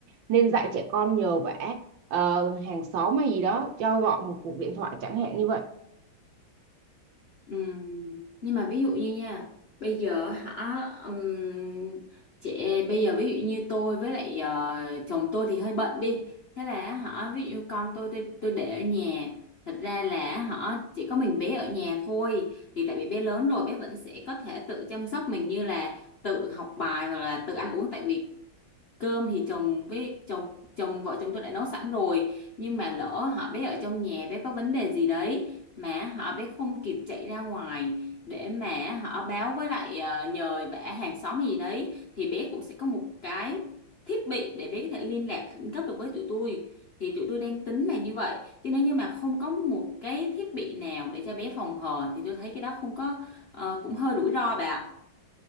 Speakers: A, on the right; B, on the left.
A: nên dạy trẻ con nhờ vả ờ, hàng xóm hay gì đó cho gọi một cuộc điện thoại chẳng hạn như vậy
B: Ừm, nhưng mà ví dụ như nha bây giờ hả ừm, chị bây giờ ví dụ như tôi với lại ờ, chồng tôi thì hơi bận đi thế là hả ví dụ con tôi tôi, tôi để ở nhà thật ra là hả chỉ có mình bé ở nhà thôi thì tại vì bé lớn rồi bé vẫn sẽ có thể tự chăm sóc mình như là tự học bài hoặc là tự ăn uống tại vì cơm thì chồng với chồng chồng vợ chồng tôi đã nấu sẵn rồi nhưng mà lỡ họ bé ở trong nhà bé có vấn đề gì đấy mà họ bé không kịp chạy ra ngoài để mà họ báo với lại ờ, nhờ vả hàng xóm gì đấy thì bé cũng sẽ có một cái thiết bị để bé có thể liên lạc khẩn cấp được với tụi tôi thì tụi tôi đang tính là như vậy chứ nếu như mà không có một cái thiết bị nào để cho bé phòng hờ thì tôi thấy cái đó không có ờ, cũng hơi rủi ro bà ạ.